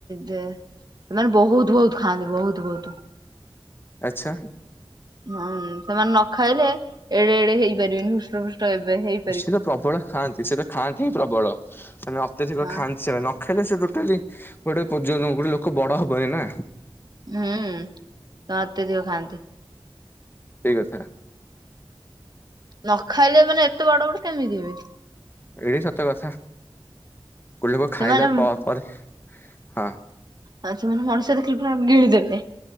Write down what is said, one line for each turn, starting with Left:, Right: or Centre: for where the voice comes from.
Right: ଯେ ସେମାନେ ବହୁତ ବହୁତ ଖାଆନ୍ତି ବହୁତ ବହୁତ।
Left: ଆଚ୍ଛା?
Right: ହୁଁ ସେମାନେ ନ ଖାଇଲେ ଏଡେ ଏଡେ ହେଇପାରିବେନି ହୃଷ୍ଟ ଫୃଷ୍ଟ ହେବେ ହେଇ
Left: ସିଏ ତ ପ୍ରବଳ ଖାଆନ୍ତି ସିଏ ତ ଖାଆନ୍ତି ହିଁ ପ୍ରବଳ ସେମାନେ ଅତ୍ୟଧିକ
Right: ହଁ
Left: ଖାଆନ୍ତି ସେମାନେ ନ ଖାଇଲେ ସେ ଟୋଟାଲି ଗୋଟେ ବୋଜ ଗୋଟେ ଲୋକ ବଡ ହବନି ନା।
Right: ହୁଁ ତ ଅତ୍ୟଧିକ ଖାଆନ୍ତି।
Left: ସେଇ କଥା।
Right: ନ ଖାଇଲେ ମାନେ ଏତେ ବଡ ବଡ କେମିତି ଯିବେ?
Left: ଏଇଠି ସତ କଥା ଗୋଲୋକ
Right: ସେମାନେ
Left: ଖାଇଲେ ପରେ ହଁ।
Right: ଆଉ ସେମାନେ ମଣିଷ ଦେଖିଲ ପୁର ଗିଳିଦେବେ।